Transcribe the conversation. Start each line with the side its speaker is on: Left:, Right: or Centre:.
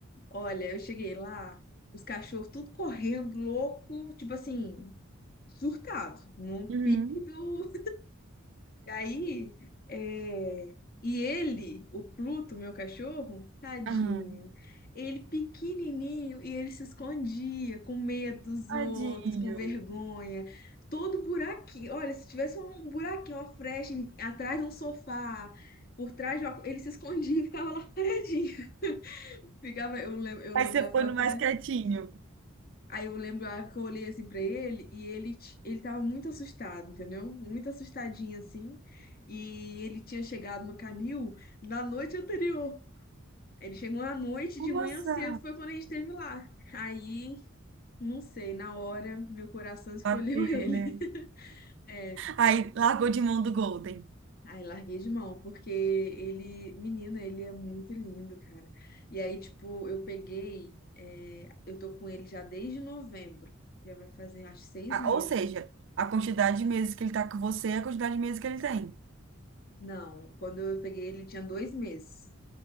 Left: Olha, eu cheguei lá, os cachorros tudo correndo, louco, tipo assim, surtado, num
Right: Uhum.
Left: pique do E aí, é, e ele, o Pluto, meu cachorro, tadinho,
Right: Aham.
Left: ele pequenininho e ele se escondia com medo dos
Right: Tadinho.
Left: outros, com vergonha. Todo buraquinho, olha, se tivesse um buraquinho, uma frecha em- atrás de um sofá, por trás de uma... co- ele se escondia e ficava lá paradinho. <laughs> Ficava, eu, lem- eu
Right: Aí
Left: lembrava
Right: você foi
Left: que eu até
Right: no mais quietinho.
Left: Aí eu lembro a hora que eu olhei assim pra ele e ele, t- ele tava muito assustado, entendeu? Muito assustadinho assim. E ele tinha chegado no canil na noite anterior. Ele chegou à noite,
Right: Nossa,
Left: de manhã cedo foi quando a gente esteve lá. Aí, não sei, na hora meu coração escolheu
Right: bateu,
Left: ele.
Right: né?
Left: <laughs> É,
Right: Aí largou de mão do Golden.
Left: aí larguei de mão, porque ele, menina, ele é muito lindo, cara. E aí, tipo, eu peguei, é, eu tô com ele já desde novembro. Já vai fazer, acho, seis
Right: A-
Left: meses.
Right: Ou seja, a quantidade de meses que ele tá com você é a quantidade de meses que ele tem.
Left: Não, quando eu peguei ele tinha dois meses.